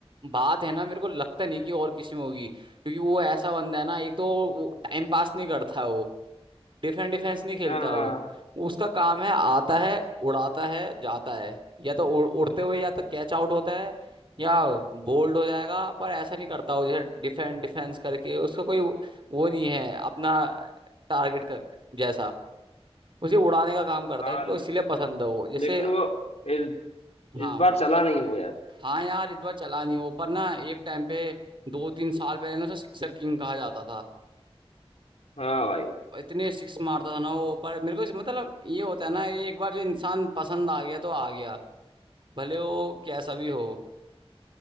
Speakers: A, on the right; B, on the left.
A: बात है ना मेरे को लगता नहीं कि और किसी में होगी क्योंकि वो ऐसा बंदा है ना एक तो वो टाइम पास नहीं करता है वो डिफेंस डिफेंस नहीं खेलता
B: हाँ हाँ
A: वो उसका काम है आता है उड़ाता है जाता है या तो उड़, उड़ते हुए या तो कैच आउट होता है या बोल्ड हो जाएगा पर ऐसा नहीं करता वो जैसे डिफेंस डिफेंस करके उसका कोई वो वो नहीं है अपना टारगेट कर जैसा उसे उड़ाने का काम करता
B: हाँ
A: है मेरे को इसलिए पसंद है वो जैसे
B: लेकिन वो इस
A: हाँ
B: इस बार चला नहीं वो यार
A: हाँ यार इस बार चला नहीं वो पर ना एक टाइम पे दो तीन साल पहले ना उसे सिक्सर किंग कहा जाता था
B: हाँ भाई
A: इतने सिक्स मारता था ना वो पर मेरे को इस- मतलब ये होता है ना ये एक बार जो इंसान पसंद आ गया तो आ गया भले वो कैसा भी हो